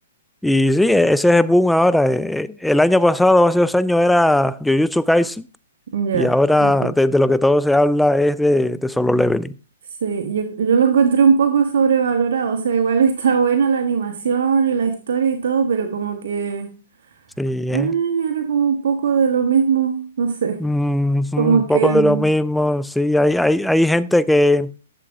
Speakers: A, in the centre; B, on the right.
A: y sí, e, ese es el boom ahora. Eh, eh, el año pasado, hace dos años, era Jujutsu Kaisen,
B: Mm, ya.
A: y ahora
B: Sí, pues.
A: de, de lo que todo se habla es de, de solo leveling.
B: Sí, yo, yo lo encontré un poco sobrevalorado, o sea, igual <laughs> está buena la animación y la historia y todo, pero como que
A: Sí,
B: ah, era como un poco de lo mismo, no sé,
A: Mm, sí,
B: como
A: un poco
B: que
A: de
B: mm,
A: lo mismo, sí, hay, hay, hay gente que,